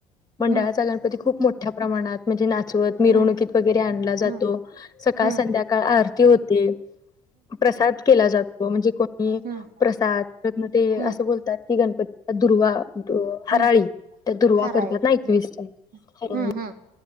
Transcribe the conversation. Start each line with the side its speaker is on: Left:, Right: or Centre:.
Right: हम्म
Left: मंडळाचा गणपती खूप मोठा मोठ्या प्रमाणात. म्हणजे, नाचवत मिरवणुकीत
Right: हम्म
Left: वगैरे आणला जातो
Right: हम्म
Left: सकाळ
Right: हम्म
Left: संध्याकाळ आरती होते. प्रसाद केला जातो म्हणजे कोणी
Right: हम्म
Left: प्रसादन ते
Right: हम्म
Left: असं बोलतात की गणपती दुर्वा. हराळी
Right: हम्म
Left: त्या दुर्वा
Right: हराळी
Left: करतात
Right: हम्म
Left: ना एकवीस हराळी.
Right: हम्म